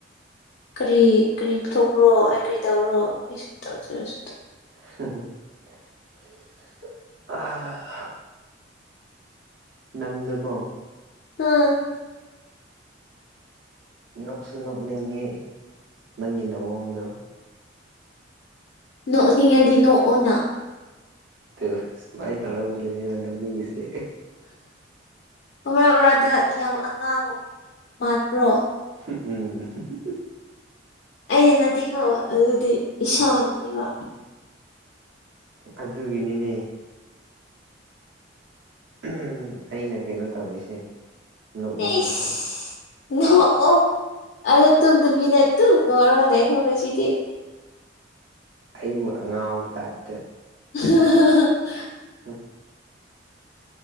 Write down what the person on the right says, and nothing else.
<unintelligible> ꯅꯪꯗꯨꯀꯣ
ꯅꯣꯛꯁꯨ ꯅꯣꯛꯅꯤꯡꯉꯤ ꯅꯪꯒꯤ ꯅꯑꯣꯡꯗꯣ
ꯇꯨ ꯁꯨꯃꯥꯏꯅ ꯇꯧꯔꯛꯄꯗꯅꯦ ꯅꯣꯛꯅꯤꯡꯉꯤꯁꯦ
<unintelligible> ꯎꯝ <unintelligible>
ꯑꯗꯨꯒꯤꯅꯤꯅꯦ ꯎꯝ ꯑꯩꯅ ꯀꯩꯅꯣ ꯇꯧꯔꯤꯁꯦ ꯅꯣꯛꯅꯤꯡꯉꯤꯁꯦ
ꯑꯩꯕꯨ ꯑꯉꯥꯎꯕ ꯇꯥꯏꯞꯇ
ꯎꯝ